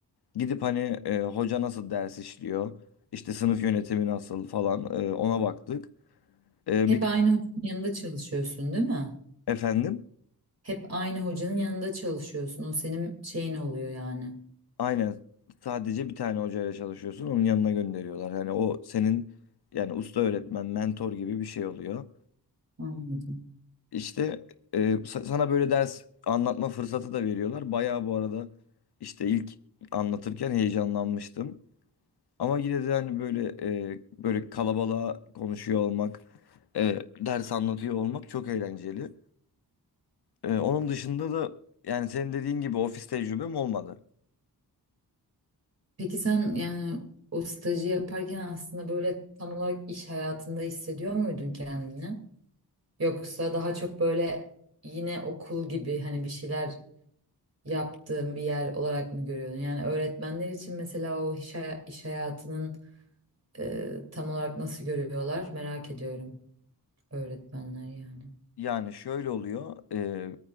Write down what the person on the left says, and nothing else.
gidip hani e, hoca nasıl ders işliyor, işte sınıf yönetimi nasıl falan e, ona baktık. E,
bir
efendim.
Aynen. Sadece bir tane hocayla çalışıyorsun. Onun yanına gönderiyorlar. Hani o senin yani usta öğretmen, mentor gibi bir şey oluyor.
İşte e, sa- sana böyle ders anlatma fırsatı da veriyorlar. Bayağı bu arada işte ilk anlatırken heyecanlanmıştım. Ama yine de hani böyle e, böyle kalabalığa konuşuyor olmak, e, ders anlatıyor olmak çok eğlenceli. E, onun dışında da yani senin dediğin gibi ofis tecrübem olmadı.
Yani şöyle oluyor. e,